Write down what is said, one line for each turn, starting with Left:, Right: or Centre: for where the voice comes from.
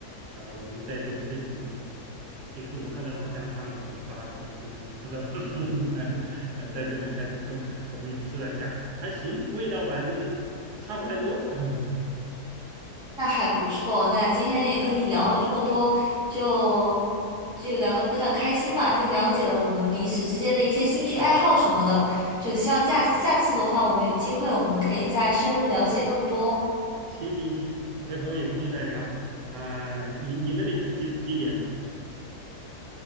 Right: 啊、我们在这个自己也是武汉的老乡，他们把种子不知道从哪弄过来的，<laughs> 呃在这边开始种，我们也试了一下，还行，味道反正差不太多。<laughs>
Centre: 那还不错。那今天也跟你聊了这么多，就就聊得非常开心吧，就了解了我们彼此之间的一些兴趣爱好什么的。就希望下下次的话，我们有机会，我们可以再深入了解更多。
Right: 行行行，回头有空再聊啊、你你那边是几几点呢？